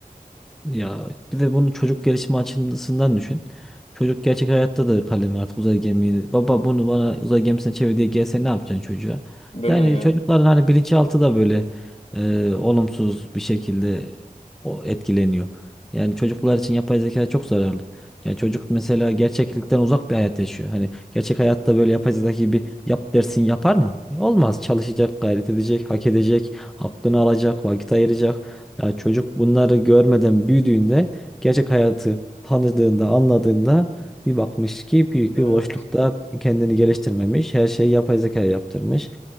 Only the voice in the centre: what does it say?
Ya bir de bunu çocuk gelişimi açısından düşün. Çocuk gerçek hayatta da kalemi artık uzay gemiyi. Baba bunu bana uzay gemisine çevir diye gelse ne yapacaksın çocuğa?
Yani
çocukların hani bilinçaltı da böyle e, olumsuz bir şekilde o etkileniyor. Yani çocuklar için yapay zeka çok zararlı. Yani çocuk mesela gerçeklikten uzak bir hayat yaşıyor. Hani gerçek hayatta böyle yapay zeka gibi yap dersin yapar mı? Olmaz. Çalışacak, gayret edecek, hak edecek, hakkını alacak, vakit ayıracak. Ya çocuk bunları görmeden büyüdüğünde gerçek hayatı tanıdığında, anladığında bir bakmış ki büyük
bir boşlukta kendini geliştirmemiş. Her şeyi yapay zeka yaptırmış.